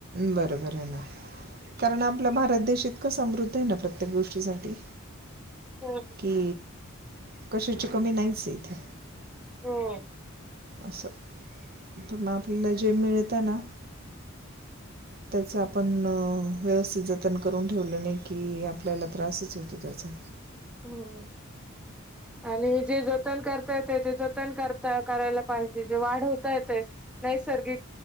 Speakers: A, on the right (about 45°); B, in the centre.
A: बरोबर आहे ना कारण आपला भारत देश इतकं समृद्ध आहे ना प्रत्ये प्रत्येक गोष्टीसाठी
B: हो.
A: कि कशाची कमी नाहीचय इथे.
B: हो.
A: असं पण आपल्याला जे मिळत आहे ना त्याच आपण व्यवथित जतन करून ठेवलं नाही की आपल्याला त्रासच होतो त्याचा.
B: हो आणि जे जतन करता येत ते जतन करता करायला पाहिजे जे वाढ होता येते नैसर्गिक